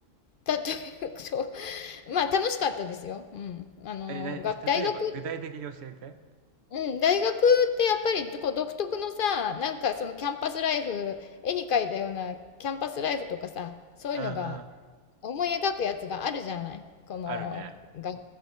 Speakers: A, on the left; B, on the right.
A: だったというと、まあ楽しかったですよ。うん。あの、
B: え、な、<laughs>
A: 学、大学
B: 例えば具体的に教えて。
A: うん、大学ってやっぱりこう独特のさ、なんかそのキャンパスライフ、絵に描いたようなキャンパスライフとかさ、そういうのが
B: うんうん。
A: 思い描くやつがあるじゃない。この、
B: あるね。
A: が、